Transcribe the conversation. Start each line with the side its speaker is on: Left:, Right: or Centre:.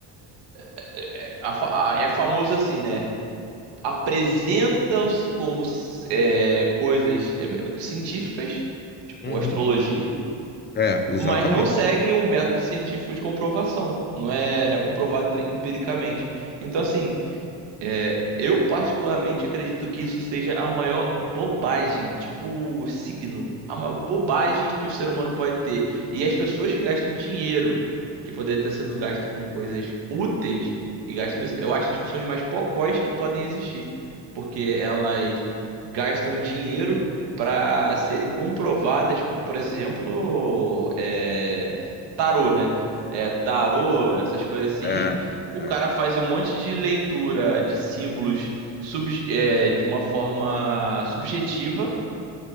Right: É, é a fa- a- é famoso assim, né? apresentam-se como é, coisas é, científicas, tipo
Left: uhum.
Right: astrologia,
Left: É, exatamente.
Right: mas não seguem um método científico de comprovação. Não é, não é comprovado empiricamente. Então, assim, é, eu particularmente acredito que isso seja a maior bobagem, tipo signo, a maior bobagem que o ser humano pode ter. E as pessoas que gastam dinheiro, que poderia estar sendo gasto com coisas úteis, e gastam isso, eu acho as pessoas mais bocós que podem existir, porque elas gastam dinheiro para serem comprovadas, p- por exemplo, é, tarô, né? É, tarô, essas coisas assim.
Left: É,
Right: O
Left: é,
Right: cara faz um monte de leitura de símbolos sub- é, de uma forma subjetiva,